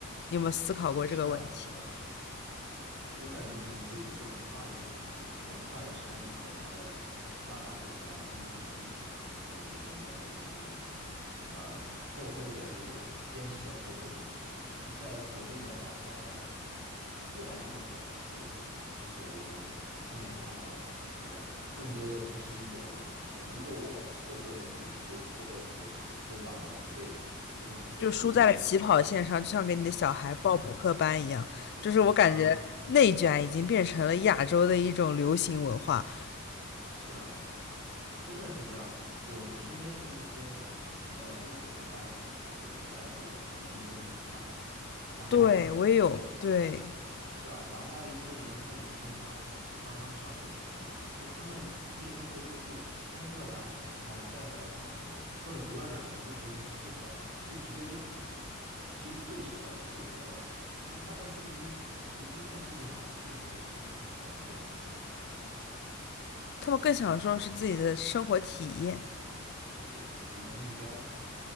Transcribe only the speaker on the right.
是啊，是啊。我感觉可能就是很大一部分就是文化的差异和他们发达国家经济基础所给人们的那种呃厚厚的这种坚实的后盾吧。就是在国内的话，大家越来越卷是，就是我们亲眼看到的，就是更更多的就是一种呃，如果我错过了一年，就错过了很多事，就晚了同辈人，就跟同辈人之间有了差距。
哎，对对对，
啊，是啊真的是这样的，我我身边的那些，呃，跟我同班同学的那些外国人，年龄都很大。然后
是啊，然后还有一些人跟我年龄一样，可能才刚刚上本科，就他们毕业之后又去工作了两年，然后再回来上学，或者读了两年书觉得不适合，就直接就直接退学了，辍学了。就他们对于读书这件事情，好像并不是看作是一件很重要的事，
对，是自己的目标，